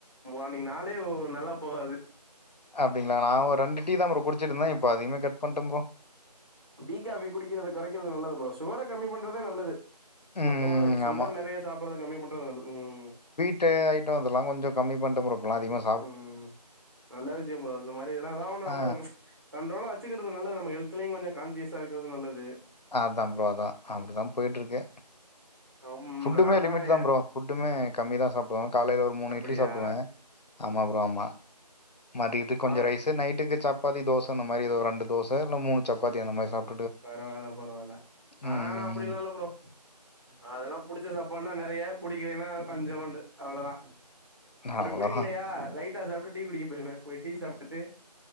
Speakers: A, on the right; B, on the left.
A: அன்னைக்கு நாளே நல்லா போகாது
B: அப்டிங்களா நா ஒரு ரெண்டு டீ தா குடிச்சிட்டுருந்தே இப்ப அதயுமே கட் பண்ட்டே ப்ரோ
A: டீ காபி குடிக்கிறத குறைக்கிறது நல்லது ப்ரோ சுகர கம்மி பண்றது நல்லது
B: ம்
A: மொத்தமாவே சுகர்
B: ஆமா.
A: நெறைய சாப்பிட்றது கம்மி பண்றது நல் ம்
B: ட்ட ஐட்டோ இதெல்லா கொஞ்சோ கம்மி பண்டே ப்ரோ இப்பலா அதிகமா சாப்
A: ம் நல்ல விஷயோ ப்ரோ அந்த மாதிரி எதுனா ஒன்னு நம்ம
B: ஆ
A: கண்ட்ரோலா வச்சுக்றது நல்லது நம்ம ஹெல்த்லயு கொஞ்சோ கான்ஷியஸா இருக்கிறது நல்லது
B: அதா ப்ரோ அதா அப்டிதா போயிட்டு இருக்கே
A: அம்
B: ஃபுட்டுமே
A: நாலா
B: லிமிட்
A: ஏ
B: தா ப்ரோ ஃபுட்டுமே கம்மி தா சாப்பிடுவே காலைல ஒரு மூணு
A: அப்டியா
B: இட்லி சாப்பிடுவே ஆமா ப்ரோ ஆமா மதியதுக்கு கொஞ்சோ
A: ஆ
B: ரைசு நைட்டுக்கு சப்பாத்தி தோச அந்த மாதிரி ஏதோ ஒரு ரெண்டு தோச இல்ல மூணு சப்பத்தி அந்த மாதிரி சாப்
A: பரவாயில்ல பரவாயில்ல நா
B: ம்
A: ஆனா அப்டிலா இல்ல ப்ரோ அதெல்லா புடிச்ச சாப் பாடுன்னா நறைய பிடிக்கலன்னா கொஞ்சோண்டு அவ்ள தா அப்டி
B: அவ்வளோதான்
A: புடிக்கலையா லைட் லைட்டா சாப்ட்டுட்டு டீ குடிக்க போயிருவே போய் டீ சாப்டுட்டு